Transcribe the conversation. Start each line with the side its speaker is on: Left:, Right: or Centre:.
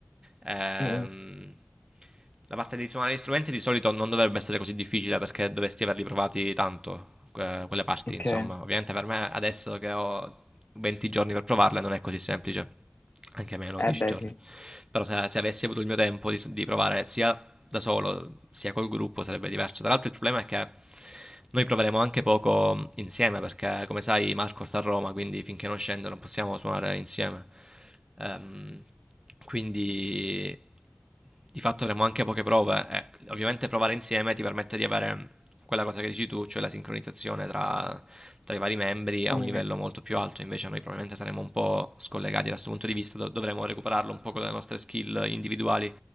Right: Ehm,
Left: Mm,
Right: la parte di suonare gli strumenti di solito non dovrebbe essere così difficile perché dovresti averli provati tanto, que- quelle parti,
Left: ok,
Right: insomma. Ovviamente per me adesso che ho 20 giorni per provarle non è così semplice, anche meno 10
Left: eh beh
Right: giorni.
Left: sì.
Right: Però se, se avessi avuto il mio tempo di, di provare sia da solo sia col gruppo sarebbe diverso. Tra l'altro il problema è che noi proveremo anche poco insieme perché, come sai, Marco sta a Roma, quindi finché non scende non possiamo suonare insieme. Ehm, quindi di fatto avremo anche poche prove. e ovviamente provare insieme ti permette di avere quella cosa che dici tu, cioè la sincronizzazione tra, tra i vari membri a
Left: Mm,
Right: un livello molto più alto. Invece noi probabilmente saremo un po' scollegati da questo punto di vista, do- dovremo recuperarlo un po' con le nostre skill individuali,